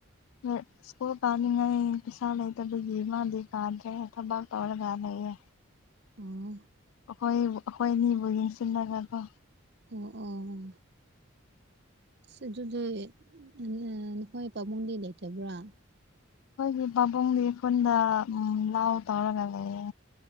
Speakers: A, on the left; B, on the right.
A: <unintelligible> ꯏꯁ꯭ꯀꯨꯜ ꯀꯥꯅꯤꯉꯩ ꯄꯩꯁꯥ ꯂꯩꯇꯕꯒꯤ ꯃꯥꯗꯤ ꯀꯥꯗ꯭ꯔꯦ ꯊꯕꯛ ꯇꯧꯔꯒꯥꯟ ꯂꯩꯌꯦ
B: ꯎꯝ
A: ꯑꯩꯈꯣꯏꯕꯨ ꯑꯩꯈꯣꯏ ꯑꯅꯤꯕꯨ ꯌꯦꯡꯁꯤꯜꯂꯒꯀꯣ
B: ꯑꯣ ꯑꯣ ꯑꯁ ꯑꯗꯨꯗꯤ <unintelligible> ꯅꯈꯣꯏ ꯄꯥꯕꯨꯡꯗꯤ ꯂꯩꯇꯕ꯭ꯔꯥ
A: ꯑꯩꯈꯣꯏꯒꯤ ꯄꯥꯕꯨꯡꯒꯤ ꯈꯨꯨꯟꯗ ꯂꯥꯎ ꯇꯧꯔꯒ ꯂꯩꯌꯦ